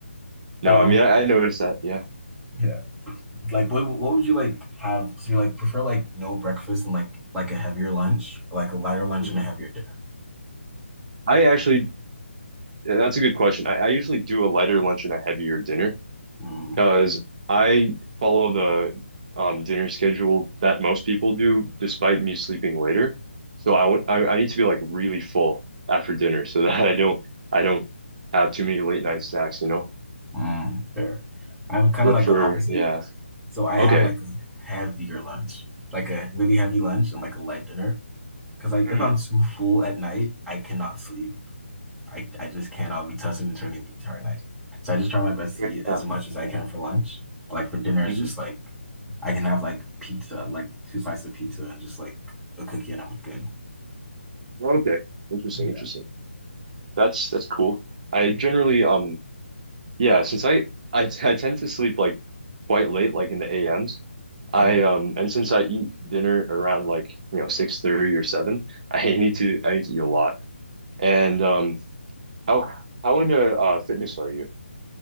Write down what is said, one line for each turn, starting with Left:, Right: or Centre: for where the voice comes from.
Right: No,
Centre: um,
Right: I mean I, I noticed that. Yeah.
Centre: yeah. Like what what would you like have? So you like prefer like no breakfast and like like a heavier lunch, or, like a lighter lunch
Right: Mhm.
Centre: and a heavier dinner.
Right: I actually that's a good question. I, I usually do a lighter lunch and a heavier dinner.
Centre: Mm,
Right: Because I follow the um, dinner schedule that most people do, despite me sleeping later. So I would I, I need to be like really full after dinner so <laughs> that I don't I don't have too many late night snacks, you know?
Centre: mm, fair. I'm kind
Right: But
Centre: of like
Right: for
Centre: the opposite.
Right: yeah,
Centre: So I have
Right: okay.
Centre: like a heavier lunch, like a really heavy lunch and like a light dinner. Because like
Right: Hmm.
Centre: if I'm too full at night, I cannot sleep. I, I just can't. I'll be tossing and turning the entire night. So I just try my best to
Right: Yeah.
Centre: eat as much as I can for lunch. Like for dinner, it's
Right: Mhm.
Centre: just like I can have like pizza, like two slices of pizza and just like a cookie and I'm good.
Right: Okay. Interesting,
Centre: Yeah.
Right: interesting. That's that's cool. I generally um Yeah, since I, I I tend to sleep like quite late, like in the AMs. I
Centre: Oh.
Right: um and since I eat dinner around like, you know, 6:30 or 7, <laughs> I need to I need to eat a lot. And um how how into uh fitness are you?